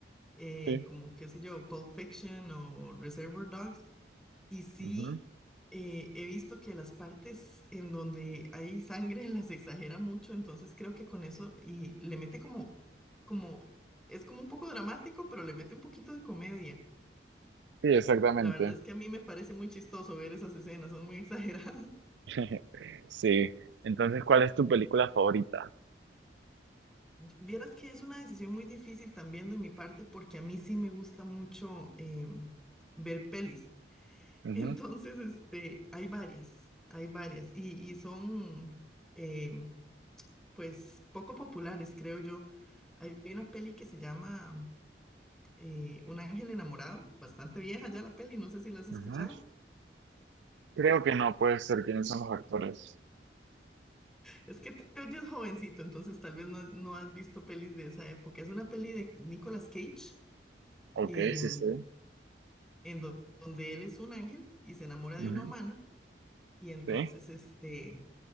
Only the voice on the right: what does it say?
Sí,
ujú.
Sí, exactamente.
<laughs> Sí. Entonces, ¿cuál es tu película favorita?
Ujú,
ujú. Creo que no puede ser quiénes son los actores.
Ok,
sí, sí.
Ujú,
Sí.